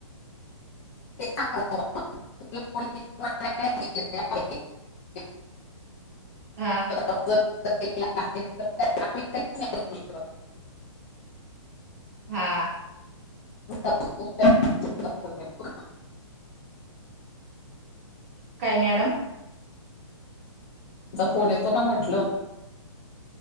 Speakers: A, on the left (about 25°); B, on the right (about 25°).
A: <inaudible> <inaudible>
B: हा हा.
A: <inaudible>
B: काय मॅडम?
A: चा फोन येतो का म्हटलं?